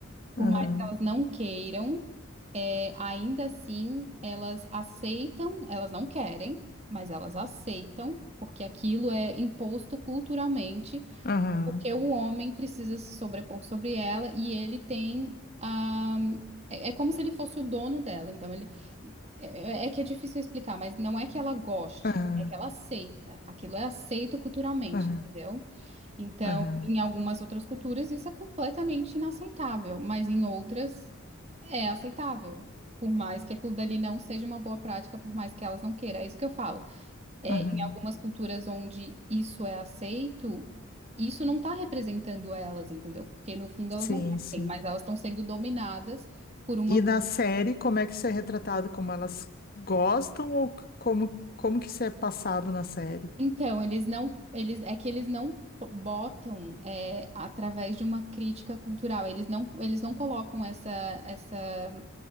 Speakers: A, on the right (about 30°); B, on the left (about 45°).
A: Por
B: Aham,
A: mais que elas não queiram, é, ainda assim elas aceitam, elas não querem, mas elas aceitam, porque aquilo é imposto culturalmente
B: aham,
A: porque o homem precisa se sobrepor sobre ela e ele tem a. É é como se ele fosse o dono dela. Então, ele. É é é que é difícil explicar, mas não é que ela goste,
B: aham,
A: é que ela aceita. Aquilo é aceito culturalmente,
B: aham,
A: entendeu? Então,
B: aham,
A: em algumas outras culturas, isso é completamente inaceitável, mas em outras é aceitável. Por mais que aquilo dali não seja uma boa prática, por mais que elas não queiram. É isso que eu falo é,
B: aham.
A: em algumas culturas onde isso é aceito, isso não está representando elas, entendeu? Porque no fundo elas
B: Sim,
A: não
B: sim.
A: têm, mas elas estão sendo dominadas por uma
B: E na série, como é que isso é retratado? Como elas gostam ou como, como que isso é passado na série?
A: Então, eles não, eles é que eles não po- botam é, através de uma crítica cultural, eles não, eles não colocam essa, essa